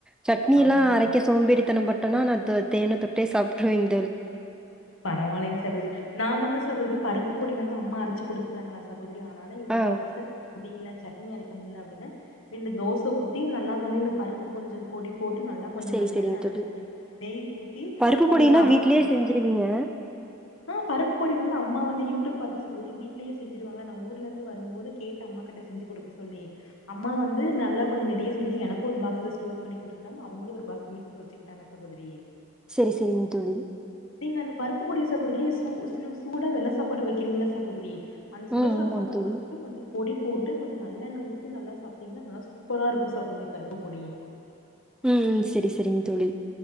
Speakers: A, in the centre; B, on the left.
A: சட்னி
B: ஆ
A: எல்லா அரைக்க சோம்பேறித்தனம்ப்பட்டனா நா த தேன தொட்டே சாப்ட்ருவிங்
B: பரவாலைங் சகோரி நா வந்து சகோதரி பருப்பு பொடி வந்து அம்மா அரச்சு குடுத்தாங்ளா சகோ தரி ஆனாலு எதாவது
A: ஆ.
B: அவசரத்து துல சட்னி அரைக்க முடியல அப்டின்னு ரெண்டு தோச ஊத்தி நல்லா வந்து இந்த பருப்பு கொஞ்சோ பொடி போட்டு நல்லா கொஞ்சோ
A: சரி,
B: நல்லெண்ண
A: சரிங்க
B: அல்லது
A: தோழி.
B: நெய் ஊத்தி
A: பருப்பு
B: கொஞ்சோ
A: பொடிலாம்
B: சாப்டு
A: வீட்லயே செஞ்சுருவீங்க?
B: ஆ பருப்பொடி வந்து அம்மா நா வந்து யூட்டூப் பாத்து சகோரி வீட்லயே செஞ்சிருவாங்க நா ஊர்லந்து வரும்போது கேட்டு அம்மா கிட்ட செஞ்சு குடுக்க சொல்லி அம்மா வந்து நல்லா கொஞ்சோ நெறயா செஞ்சு எனக்கொரு பாக்ஸுல ஸ்டோர் பண்ணி குடுத்தாங் அவங்களு ஒரு பாக்ஸ் வீட்டுக்கு வெச்சுக்கிட்டாங்க சகோதரி
A: செரி செரிங் தோழி
B: நீங்க அந்த பருப்பு பொடிய சகோதரி சூ சூ சூடா வெள்ள சாப்பாடு வெக்கிறீங்கள்ள சகோதரி அந்த சுடசாப்பாட்ல
A: ம். ஆமாங்க தோழி.
B: வந்துட்டு கொஞ்சோ பொடி போட்டு கொஞ்சோ ந ல்லெண்ண ஊத்தி நல்லா சாப்ட்டீங்னா நல்லா சூப்பராருக்கு சகோதரி பருப்பு பொடி
A: ம் செரி செரிங் தோழி